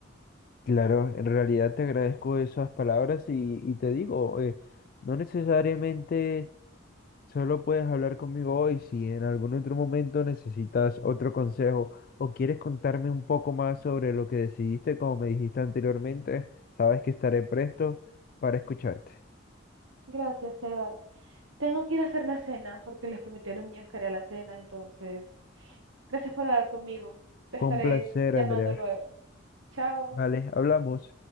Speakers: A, on the left; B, on the right.
A: Claro, en realidad te agradezco esas palabras y, y te digo, eh, no necesariamente solo puedes hablar conmigo hoy, si en algún otro momento necesitas otro consejo o quieres contarme un poco más sobre lo que decidiste, como me dijiste anteriormente, sabes que estaré presto para escucharte.
B: Gracias, Sebas. Tengo que ir a hacer la cena porque les prometí a los niños que haría la cena, entonces, gracias por hablar conmigo. Te
A: Fue
B: estaré
A: un placer,
B: llamando
A: Andrea.
B: luego. Chao.
A: Vale, hablamos.